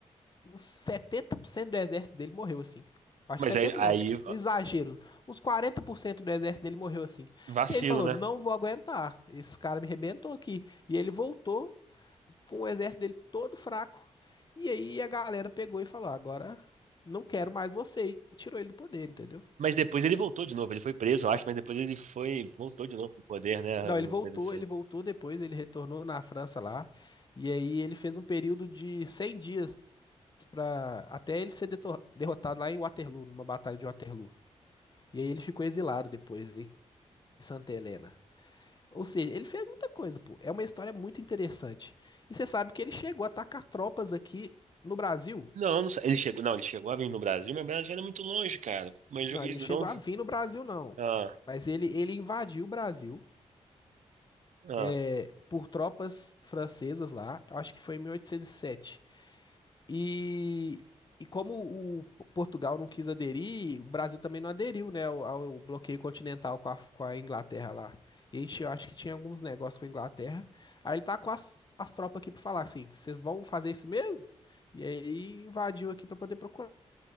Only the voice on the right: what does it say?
Mas
aí, aí
vacilo,
né?
Mas depois ele voltou de novo, ele foi preso, eu acho, mas depois ele foi, voltou de novo pro poder, né?
Uma
coisa assim.
Não, não sei. Ele chegou, não, ele chegou a vir no Brasil, mas o Brasil era muito longe, cara. Mas
eles
não.
Ah,
ah,